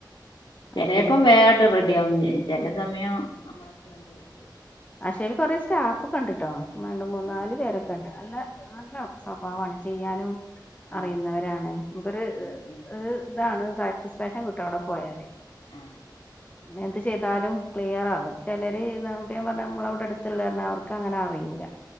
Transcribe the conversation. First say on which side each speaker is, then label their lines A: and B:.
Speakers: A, on the left; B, on the left.
A: ചെലേപ്പം
B: അക്ഷേല്
A: വേണ്ട് റെഡി <unintelligible> ചെല സമയം നമ്മള് <inaudible>
B: ആക്ഷേൽ കൊറെ സ്റ്റാഫ്ക്കണ്ട് ട്ടോ രണ്ട് മൂന്നാല്
A: ആഹ്
B: പേരൊക്കെ
A: ആഹ്
B: ഉണ്ട്
A: ആഹ്
B: അല്ല നല്ല സൊബാവണെ ചെയ്യാനും
A: ഓഹ്
B: അറിയുന്നവരാണ് ഇവര്
A: ഉം ഉം
B: ഒരു ഇതാണ് സാറ്റിസ്ഫാക്ഷൻ കിട്ട അവിടെ പോയല്
A: ആഹ്
B: എന്ത് ചെയ്താലും ക്ലിയർ ആകും
A: ഉം
B: ചിലര്
A: ഉം
B: പറ നമ്മളവിടെ അടുത്തുള്ള അവർക്ക് അങ്ങനെ അറിയില്ല